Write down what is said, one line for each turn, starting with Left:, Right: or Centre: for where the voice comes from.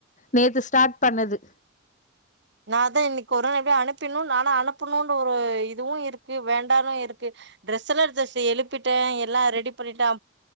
Left: நேத்து ஸ்டார்ட் பண்ணது
Right: நான் தான் இன்னைக்கு ஒரு நாள் எப்படிய அனுப்பினும் நானா அனுப்பணும்னு ஒரு இதுவும் இருக்கு வேண்டாலும் இருக்கு ட்ரெஸ் எல்லாம் எத்து எழுப்பிட்டேன் எல்லாம் ரெடி பண்ணிட்டேன்